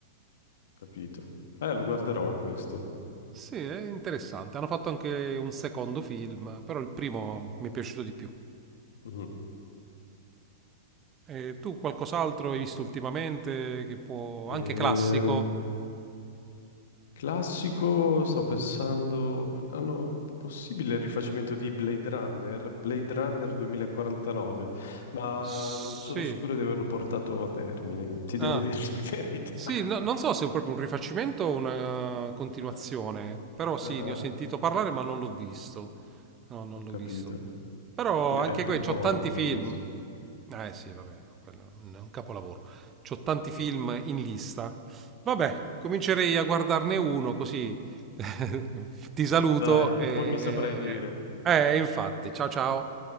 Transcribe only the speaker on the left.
capito. Eh, lo guarderò questo.
Mhm.
Ehm,
Classico, sto pensando, hanno possibile il rifacimento di Blade Runner, Blade Runner 2049, ma
non sono sicuro di averlo portato a termine, ti devo
dire <laughs> la verità.
Ah,
ah,
ah,
ho
capito.
Il-
È il primo,
è bellissimo.
Dai,
poi mi saprai dire.